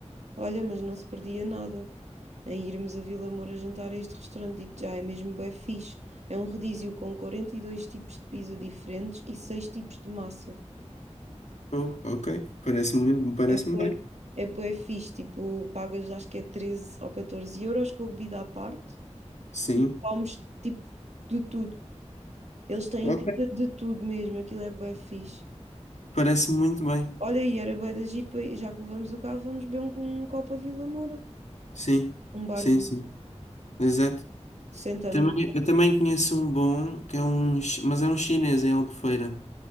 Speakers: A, on the right (about 70°); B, on the left (about 75°).
A: Olha, mas não se perdia nada em irmos a Vila Moura jantar a este restaurante. Digo já, é mesmo bué fixe. É um rodízio com 42 tipos de pizza diferentes e 6 tipos de massa.
B: oh, ok, parece-me parece-me
A: É bué,
B: bem.
A: é bué fixe. Tipo, pagas acho que é 13 ou 14 euros com a bebida à parte
B: Sim,
A: e comes tipo de tudo. Eles têm
B: ok.
A: pizza de tudo mesmo. Aquilo é bué fixe.
B: Parece muito bem.
A: Olha, e era bué de agir, para- já que levamos o carro, vamos beber um, um copo a Vila Moura.
B: Sim,
A: Um barzinho.
B: sim, sim. Exato.
A: Sentamos.
B: Também, eu também conheço um bom, que é um, chi- mas é um chinês em Albufeira,